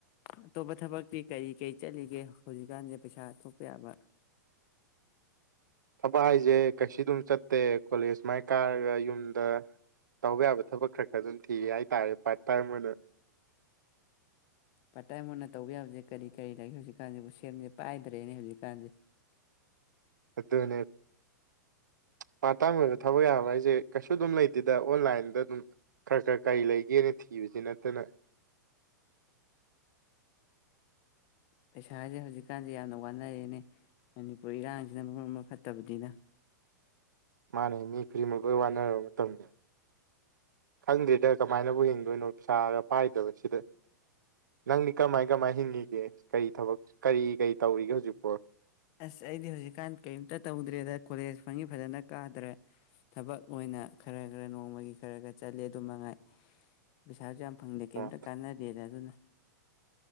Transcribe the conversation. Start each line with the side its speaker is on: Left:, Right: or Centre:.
Left: ꯑꯇꯣꯞꯄ ꯊꯕꯛꯇꯤ ꯀꯔꯤ ꯀꯔꯤ ꯆꯠꯂꯤꯒꯦ ꯍꯧꯖꯤꯛꯀꯥꯟꯁꯦ ꯄꯩꯁꯥ ꯊꯣꯛꯄ ꯌꯥꯕ
Right: ꯊꯕꯛ ꯍꯥꯏꯁꯦ ꯀꯩꯁꯨ ꯑꯗꯨꯝ ꯆꯠꯇꯦ ꯀꯣꯂꯦꯖ ꯁꯨꯃꯥꯏꯅ ꯀꯥꯔꯒ ꯌꯨꯝꯗ ꯇꯧꯕ ꯌꯥꯕ ꯊꯕꯛ ꯈꯔ ꯈꯔ ꯑꯗꯨ ꯊꯤꯒꯦ ꯍꯥꯏꯇꯥꯥꯔꯦ ꯄꯥꯔꯠ ꯇꯥꯏꯝ ꯑꯣꯏꯅ
Left: ꯄꯥꯠ ꯇꯥꯏ ꯑꯣꯏꯅ ꯇꯧꯕ ꯌꯥꯕꯁꯦ ꯀꯔꯤ ꯀꯔꯤ ꯂꯩꯒꯦ ꯍꯧꯖꯤꯛꯀꯥꯟꯁꯤꯕꯨ ꯁꯦꯝꯁꯦ ꯄꯥꯏꯗ꯭ꯔꯦꯅꯦ ꯍꯧꯖꯤꯛꯀꯥꯟꯁꯦ
Right: ꯑꯗꯨꯅꯦ ꯄꯥꯇꯥꯡ ꯑꯣꯏꯕ ꯊꯕꯛ ꯌꯥꯕ ꯍꯥꯏꯁꯦ ꯀꯩꯁꯨ ꯑꯗꯨꯝ ꯂꯩꯇꯦꯗ ꯑꯣꯟꯂꯥꯏꯟꯗ ꯑꯗꯨꯝ ꯈꯔ ꯈꯔ ꯀꯔꯤ ꯂꯩꯒꯦꯅ ꯊꯤꯕꯕꯁꯤ ꯅꯠꯇꯅ
Left: ꯄꯩꯁꯥꯁꯦ ꯍꯧꯖꯤꯛꯀꯥꯟꯁꯦ ꯌꯥꯝꯅ ꯋꯥꯅꯔꯦꯅꯦ ꯃꯅꯤꯄꯨꯔ ꯏꯔꯥꯡꯁꯤꯅ ꯃꯔꯣꯝ ꯑꯃ ꯐꯠꯇꯕꯅꯤꯅ
Right: ꯃꯥꯅꯤ ꯃꯤ ꯈꯨꯗꯤꯡꯃꯛ ꯂꯣꯏ ꯋꯥꯅꯔꯕ ꯃꯇꯝꯅꯤ ꯈꯪꯗ꯭ꯦꯗ ꯀꯃꯥꯏꯅꯕꯨ <unintelligible> ꯂꯣꯏꯅ ꯄꯩꯁꯥꯒ ꯄꯥꯏꯗꯕ ꯁꯤꯗ ꯅꯪꯗꯤ ꯀꯃꯥꯏ ꯀꯃꯥꯏ ꯍꯤꯡꯏ <unintelligible> ꯀꯔꯤ ꯊꯕꯛ ꯀꯔꯤ ꯀꯔꯤ ꯇꯧꯔꯤꯒꯦ ꯍꯧꯖꯤꯛ <unintelligible>
Left: ꯑꯁ ꯑꯩꯗꯤ ꯍꯧꯖꯤꯛꯀꯥꯟ ꯀꯔꯤꯝꯇ ꯇꯧꯗ꯭ꯔꯦꯗ ꯀꯣꯂꯦꯖ ꯐꯪꯉꯤ ꯐꯖꯅ ꯀꯥꯗ꯭ꯔꯦ ꯊꯕꯛ ꯑꯣꯏꯅ ꯈꯔ ꯈꯔ ꯅꯣꯡꯃꯒꯤ ꯈꯔ ꯈꯔ ꯆꯠꯂꯦ ꯑꯗꯨ ꯃꯉꯥꯏ ꯄꯩꯁꯥꯁꯨ ꯌꯥꯝ ꯐꯪꯗꯦ ꯀ꯭ꯌꯝꯇ
Right: ꯑꯣ
Left: ꯀꯥꯟꯅꯗꯦꯗ ꯑꯗꯨꯅ꯫